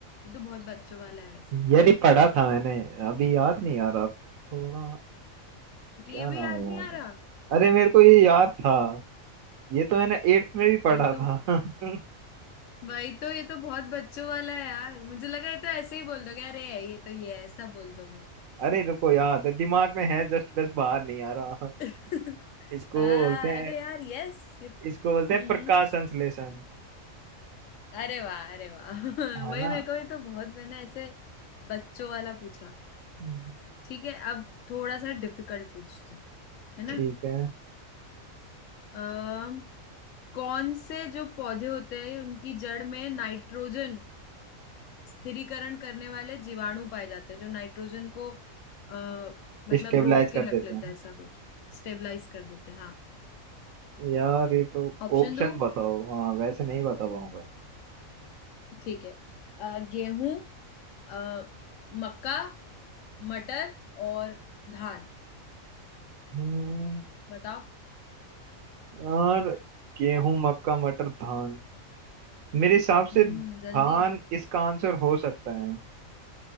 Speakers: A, on the left (about 70°); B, on the right (about 75°).
A: ये तो बहुत बच्चों वाला है वैसे
B: यार ये पढ़ा था मैंने अभी याद नहीं आ रहा थोड़ा
A: ये
B: क्या
A: भी
B: नाम
A: याद
B: है
A: नहीं
B: यार
A: आ रहा
B: अरे मेरे को ये याद था ये तो मैंने एट्थ में भी पढ़ा
A: ये
B: था
A: तो
B: <laughs>
A: भाई तो ये तो बहुत बच्चों वाला है यार मुझे लगा ये तो ऐसे ही बोल दोगे अरे ये तो ये है, ऐसा बोल दोगे
B: अरे रुको याद है दिमाग में है जस्ट बस बाहर नहीं आ रहा
A: <laughs>
B: इसको
A: आ,
B: बोलते
A: अरे
B: हैं
A: यार यस ये हम्म
B: इसको बोलते हैं प्रकाश
A: हम्म।
B: संश्लेषण
A: अरे वाह अरे वाह <laughs>
B: है
A: वही
B: ना
A: मेरे को ये तो बहुत मैंने ऐसे बच्चों वाला पूछा
B: हम्म।
A: ठीक है अब थोड़ा सा डिफिकल्ट पूछते हैं, है ना
B: ठीक है
A: अम, कौन से जो पौधे होते हैं उनकी जड़ में नाइट्रोजन स्थिरीकरण करने वाले जीवाणु पाए जाते हैं जो नाइट्रोजन को आ, मतलब
B: स्टेबलाइज
A: रोक के
B: कर देते
A: रख लेते
B: हैं ना।
A: हैं ऐसा कुछ स्टेबलाइज कर देते हैं हाँ
B: यार ये तो
A: ऑप्शन
B: ऑप्शन
A: दो
B: बताओ हाँ वैसे नहीं बता पाऊंगा
A: ठीक है अ, गेहूं अ, मक्का मटर और धान
B: हम्म,
A: बताओ
B: और गेहूं मक्का मटर धान मेरे हिसाब
A: हम्म
B: से धान
A: जल्दी
B: इसका आंसर हो सकता है